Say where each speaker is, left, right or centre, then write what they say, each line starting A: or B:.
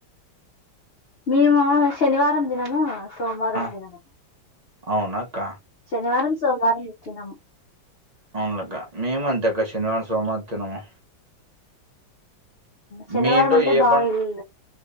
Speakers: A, on the left; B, on the right.
A: మేము శనివారం తినము సోమవారం
B: ఆ,
A: తినము
B: అవునక్క
A: శనివారం సోమవారం ఇక తినం
B: అవునులే అక్క మేము అంతేక్క శనివారం సోమవారం తినము
A: శనివారం
B: మీ ఇంట్లో
A: అంటే
B: ఏ
A: బాగా
B: పండు
A: ఇల్